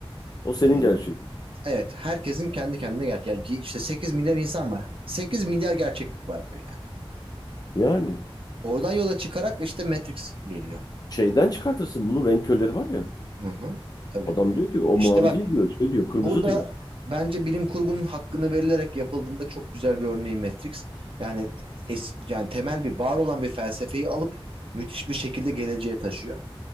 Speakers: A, on the left (about 40°); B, on the right (about 65°).
A: O senin
B: Ee,
A: gerçeğin.
B: evet, herkesin kendi kendine gerçek. Yani işte 8 milyar insan var. sekiz milyar gerçeklik var diyor yani.
A: Yani
B: Oradan yola çıkarak işte Matrix geliyor.
A: şeyden çıkartırsın bunun renk körleri var ya.
B: Hı hı. Tabii.
A: Adam diyor ki o
B: İşte
A: mavi
B: bak
A: değil diyor. Şey diyor kırmızı
B: bu da
A: diyor.
B: bence bilim kurgunun hakkını verilerek yapıldığında çok güzel bir örneği Matrix. Yani es, yani temel bir var olan bir felsefeyi alıp müthiş bir şekilde geleceğe taşıyor.